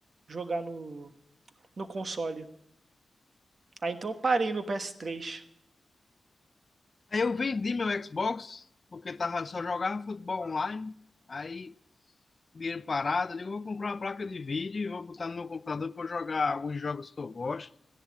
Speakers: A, on the right (about 55°); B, on the left (about 35°).
A: jogar no, no console. Aí então eu parei no PS3.
B: Aí eu vendi meu Xbox, porque tava, só jogava futebol online. Aí, dinheiro parado, eu digo, vou comprar uma placa de vídeo e vou botar no meu computador para jogar alguns jogos que eu gosto.